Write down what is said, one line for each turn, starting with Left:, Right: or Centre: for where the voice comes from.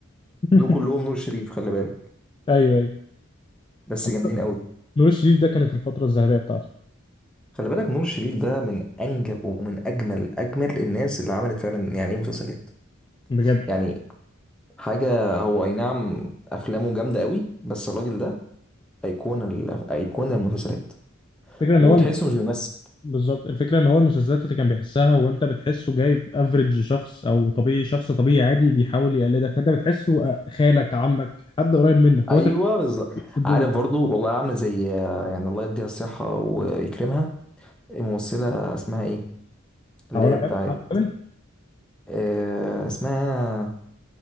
Left: <laughs>
Centre: دول كلهم نور شريف خلي بالك
Left: ايوه ايوه
Centre: بس
Left: عامة
Centre: جامدين قوي
Left: نور الشريف ده كانت الفتره الذهبيه بتاعته
Centre: خلي بالك نور شريف ده من انجب ومن اجمل اجمل الناس اللي عملت فعلا يعني ايه مسلسلات
Left: بجد
Centre: يعني حاجه هو اي نعم افلامه جامده قوي بس الراجل ده ايقونه ال- ايقونه المسلسلات
Left: الفكره ان
Centre: وتحسه
Left: هو
Centre: مش بيمثل
Left: بالظبط الفكرة ان هو المسلسلات اللي كان بيحسها هو انت بتحسه جايب افريج شخص او طبيعي شخص طبيعي عادي بيحاول يقلدك فانت بتحسه آه، خالك عمك حد قريب منك
Centre: ايوه
Left: هو انت بتحس
Centre: بالظبط
Left: الدور
Centre: عارف برضو والله عامله زي يعني الله يديها الصحه ويكرمها الممثله اسمها ايه اللي
Left: او
Centre: هي
Left: لا
Centre: بتاعت
Left: عبلة كامل
Centre: آه اسمها